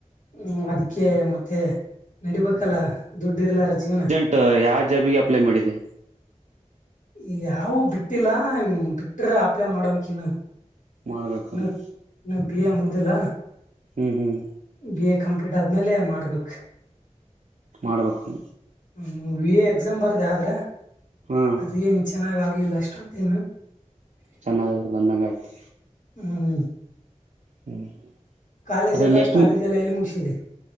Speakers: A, on the left (about 80°); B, on the right (about 75°).
A: ಹ್ಮ್ ಅದಕ್ಕೆ ಮತ್ತೆ ನಡಿಬೇಕಲ್ಲ ದುಡ್ಡು ಇರ್ಲಾರ ಜೀವನ.
B: ಇದು ಯಾವ ಜಾಬಿಗೆ ಅಪ್ಲೈ ಮಾಡಿದಿ.
A: ಈಗ್ ಯಾವು ಬಿಟ್ಟಿಲ್ಲ ಬಿಟ್ರೆ ಅಪ್ಲೈ ಮಾಡ್ಬೇಕ್ ಇನ್ನು.
B: ಮಾಡ್ಬೇಕನ್ನು.
A: ಇನ್ನು ಇನ್ನು ಬಿ ಎ ಮುಗ್ದಿಲ್ಲಾ.
B: ಹ್ಮ್ ಹ್ಮ್.
A: ಬಿ ಎ ಕಂಪ್ಲೀಟ್ ಆದ್ಮೇಲೆ ಮಾಡ್ಬೇಕ್.
B: ಮಾಡ್ಬೇಕು.
A: ಹ್ಮ್ ವಿ ಎ ಎಕ್ಸಾಮ್ ಬರ್ದೇ ಆದ್ರೆ
B: ಹಾ
A: ಅದೇನ್ ಚೆನ್ನಾಗ್ ಆಗ್ಲಿಲ್ಲ ಅಷ್ಟೊಂದೇನು.
B: ಚೆನ್ನಾಗಾಗಿ ಬಂದಂಗಾಯ್ತು.
A: ಹ್ಮ್.
B: ಹ್ಮ್.
A: ಕಾಲೇಜೆಲ್ಲ
B: ಅದ್ರಲ್ಲಿ ಎಷ್ಟು
A: ಕಾಲೇಜ್ ಎಲ್ಲ ಎಲ್ಲಿ ಮುಗಿಸಿದಿ.